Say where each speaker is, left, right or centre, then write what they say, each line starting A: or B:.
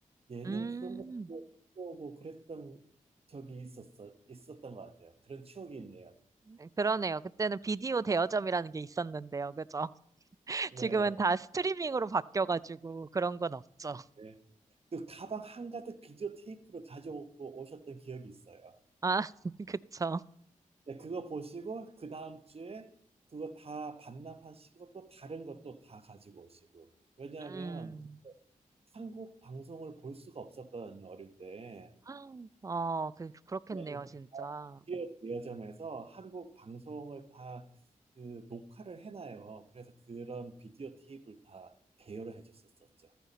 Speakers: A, on the right; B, on the right.
A: 예능
B: 음.
A: 그런 거 보고 그랬던 적이 있었어, 있었던 것 같아요. 그런 추억이 있네요.
B: 그- 그러네요. 그때는 비디오 대여점이라는 게 있었는데요. 그죠? <laughs>
A: 네.
B: 지금은 다 스트리밍으로 바뀌어가지고 그런 건 없죠.
A: 네. 그 가방 한가득 비디오 테이프를 가져오고 오셨던 기억이 있어요.
B: 아, <laughs> 그쵸.
A: 네, 그거 보시고 그 다음 주에 그거 다 반납하시고 또 다른 것도 다 가지고 오시고. 왜냐하면
B: 음.
A: 한국 방송을 볼 수가 없었거든요, 어릴 때.
B: <gasps> 어, 그, 그렇겠네요,
A: 그냥
B: 진짜.
A: 디오 대여점에서 한국 방송을 다 그 녹화를 해놔요. 그래서 그런 비디오 테이프를 다 대여를 해줬었었죠.